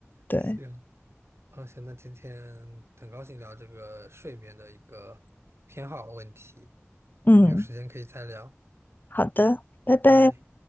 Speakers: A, on the left; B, on the right.
A: 对，
B: 行，啊，行，那今天很高兴聊这个睡眠的一个偏好问题，
A: 嗯，
B: 我们有时间可以再聊，
A: 好的，拜拜。
B: 拜拜。